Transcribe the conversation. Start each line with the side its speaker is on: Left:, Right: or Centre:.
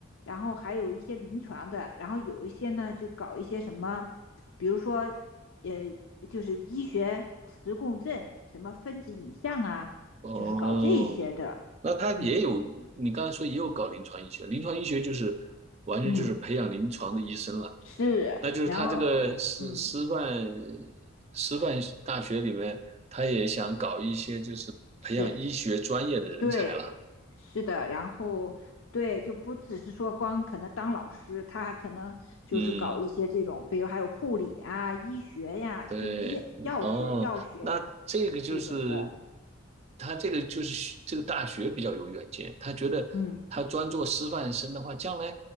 Left: 然后还有一些临床的，然后有一些呢就搞一些什么，比如说，呃，就是医学磁共振、什么分子影像啊，
Right: 哦，
Left: 就是搞这些的。
Right: 那他也有，
Left: 嗯
Right: 你刚才说也有搞临床医学，临床医学就是完全就是培养临床的医生了。
Left: 嗯，是，
Right: 那就是他这个师师范
Left: 然后嗯
Right: 师范大学里面，他也想搞一些就是培养医学专业的人才了。
Left: 是对，是的，然后对，就不只是说光可能当老师，他还可能就是搞一些这种，
Right: 嗯。
Left: 比如还有护理啊、医学呀、
Right: 对，
Left: 就医药学、
Right: 哦，
Left: 药学呀、
Right: 那这个就是
Left: 这种的。
Right: 他这个就是学这个大学比较有远见，他觉得他专做师范生的话，
Left: 嗯，
Right: 将来